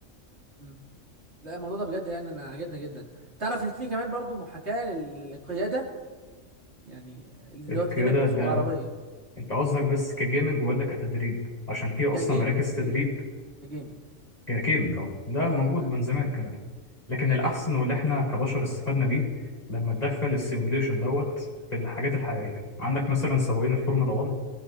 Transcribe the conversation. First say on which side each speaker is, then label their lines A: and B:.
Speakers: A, on the right (about 55°); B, on the left (about 30°).
A: مم. لا الموضوع ده بجد يعني انا عجبني جدا تعرف ان في كمان برضو محاكاه لل- للقياده يعني اللي
B: القياده
A: هو كانك بتسوق
B: ده
A: عربيه
B: انت قصدك بس كجيمنج ولا كتدريب عشان في اصلا
A: كجيمنج
B: مراكز
A: كجيمنج
B: تدريب
A: كجيمنج
B: كجيمنج اه ده
A: اه
B: موجود
A: انا
B: من زمان كمان لكن
A: يعني
B: الأحسن واللي احنا كبشر استفدنا بيه لما تدخل السيموليشن دوت في الحاجات الحقيقية عندك مثلا سواقين الفورمولا 1